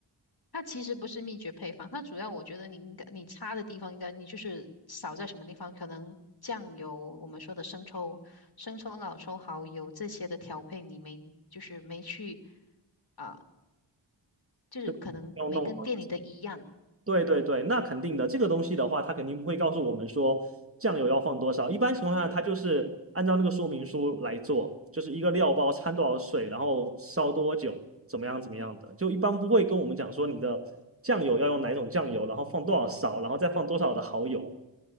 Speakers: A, on the left; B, on the right.
A: 它其实不是秘诀配方，它主要我觉得你应该你差的地方应该你就是少在什么地方，可能酱油我们说的生抽、生抽、老抽、蚝油这些的调配你没就是没去啊，就是可能没跟店里的一样。
B: 就要弄好。对对对，那肯定的。这个东西的话，它肯定不会告诉我们说酱油要放多少。一般情况下，它就是按照那个说明书来做，就是一个料包掺多少水，然后烧多久，怎么样怎么样的。就一般不会跟我们讲说你的酱油要用哪种酱油，然后放多少勺，然后再放多少的蚝油。